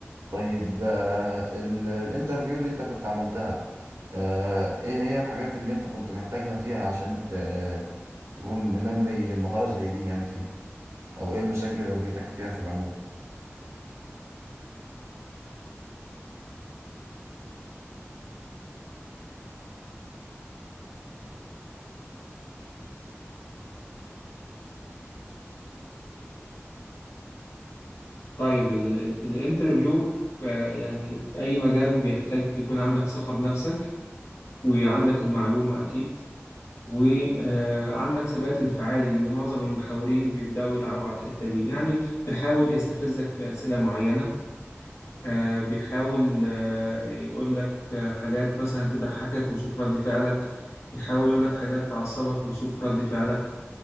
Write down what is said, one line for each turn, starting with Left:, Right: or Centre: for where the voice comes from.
Right: طيب آه، ال- الانترفيو اللي انت كنت عملتها آه، ايه هي الحاجات اللي انت كنت محتاجها فيها عشان ت- تكون منمي مهارة زي دي يعني فيها او ايه المشاكل اللي واجهتك فيها في العموم
Left: طيب الانترفيو آه، يعني في اي مجال بيحتاج يكون عندك ثقة بنفسك وعندك المعلومة اكيد وعندك ثبات انفعالي لان معظم المحاورين بيبداوا يلعبوا على الحتة دي يعني بيحاول يستفزك بأسئلة معينة آه، بيحاول آه، يقول لك آه، حاجات مثلا تضحكك وشوف رد فعلك بيحاول يقول لك حاجات تعصبك وشوف رد فعلك